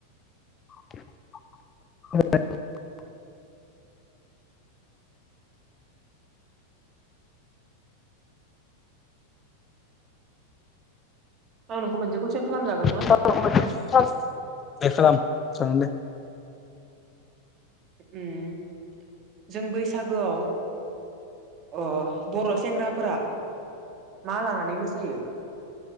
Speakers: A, on the left; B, on the right.
A: <unintelligible>
B: आं नोंखौ मोनसे कुइसन खालामजागोन ना
A: <unintelligible> बेग खालाम जागोनदे
B: उम जों बैसागोआव अ बर' सेंग्राफोरा मा लानानै मोसायो? <inaudible>